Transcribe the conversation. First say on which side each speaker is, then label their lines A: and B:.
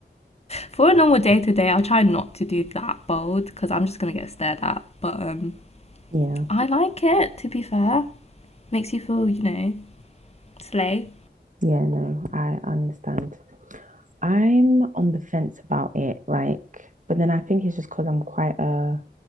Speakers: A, on the left; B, on the right.
A: for a normal day to day, I'll try not to do that bold because I'm just gonna get stared at. But um,
B: Yeah,
A: I like it to be fair. Makes you feel, you know, slay.
B: yeah, no, I understand. I'm on the fence about it, like, but then I think it's just because I'm quite a